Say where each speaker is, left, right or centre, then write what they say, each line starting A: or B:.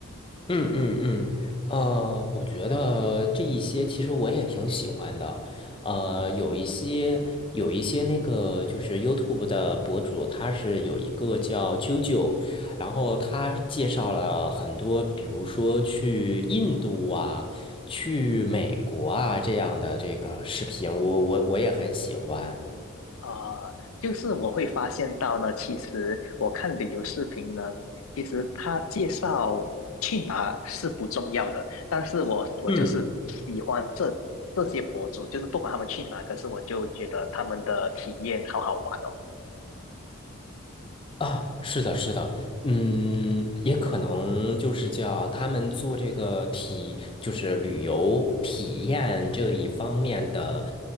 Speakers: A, on the left; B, on the left.
A: 嗯嗯嗯，呃，我觉得这一些其实我也挺喜欢的，呃，有一些有一些那个就是 YouTube 的博主，他是有一个叫啾啾，然后他介绍了很多，比如说去印度啊，去美国啊这样的这个视频，我我我也很喜欢。
B: 啊、就是我会发现到呢，其实我看旅游视频呢，其实他介绍去哪是不重要的，但是我我就是喜欢这这些博主，
A: 嗯。
B: 就是不管他们去哪，可是我就觉得他们的体验好好玩哦。
A: 啊，是的，是的，嗯，也可能就是叫他们做这个体，就是旅游体验这一方面的